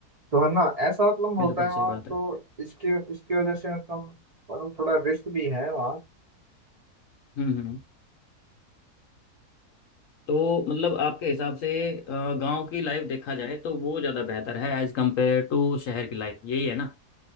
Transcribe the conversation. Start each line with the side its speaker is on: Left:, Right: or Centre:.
Right: तो है ना ऐसा मतलब
Left: बिल्कुल
Right: होता है वहाँ
Left: सही बात है
Right: तो इसकी इसकी वजह से मतलब मतलब थोड़ा रिस्क भी है वहाँ
Left: हम्म हम्म हम्म। तो मतलब आपके हिसाब से गांव की लाइफ देखा जाए तो वो ज़्यादा बेहतर है एज कम्पेयर टू शहर की लाइफ यही है ना